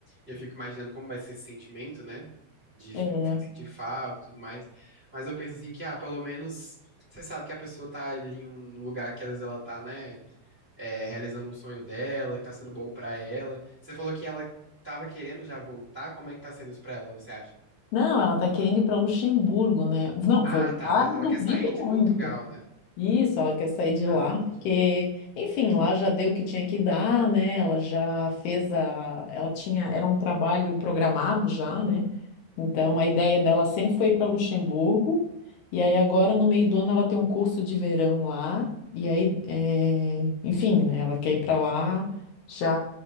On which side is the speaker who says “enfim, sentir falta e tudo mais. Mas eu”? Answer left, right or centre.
Right